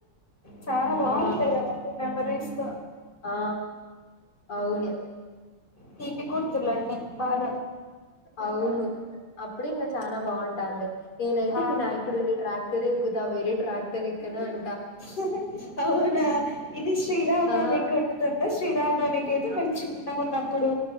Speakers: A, on the left; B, on the left.
A: చాల బాగుంటాయి
B: ఆ
A: అవన్ని మెమరీస్గ
B: ఆ అవును.
A: తిపి గుర్తులన్ని బాగ
B: అవును అప్పుడె ఇంగ చాన బాగుంటాండే. నేనైతే
A: ఆ
B: వినాయకుడు ఉండి ట్రాక్ <unintelligible> వేరే ట్రాక్టర్ ఎక్కను అం
A: హుహు అవున ఇది శ్రీరామ్ నవమి
B: ఆ
A: గుర్తుందా శ్రీరామ్ నవమి. కైతే మేము చిన్నగ ఉన్నప్పుడు